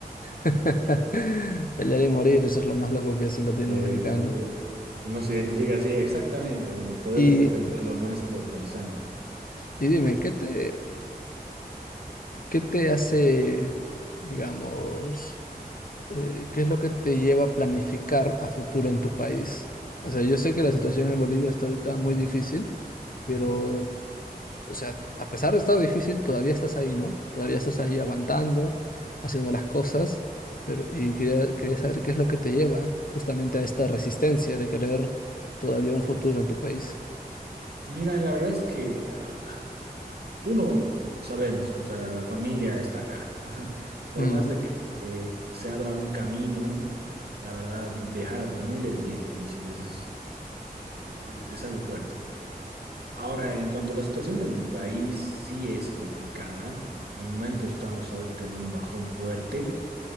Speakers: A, on the left; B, on the right.
A: <laughs> Pelear y morir, eso es lo más loco que es el latinoamericano.
B: Eh, eso- nos identifica, sí, exactamente, hermano. Podemos
A: Y,
B: defender lo nuestro con sangre.
A: y dime, ¿qué te, qué te hace, digamos, eh, qué es lo que te lleva a planificar a futuro en tu país? O sea, yo sé que la situación en Bolivia está ahorita muy difícil, pero O sea, a pesar de estar difícil, todavía estás ahí, ¿no? Todavía estás ahí aguantando, haciendo las cosas, pero y quería, quería saber qué es lo que te lleva justamente a esta resistencia de querer todavía un futuro en tu país.
B: Mira, la verdad es que ah, uno sabemos, o sea, la familia está acá. <laughs> Por
A: Mm,
B: más de que eh, se abra un camino, la verdad, dejar a tu familia es bien difícil. Ese es es, es algo fuerte. Ahora, en cuanto a la situación de mi país, sí es complicada. En el momento estamos ahorita en un bajón fuerte,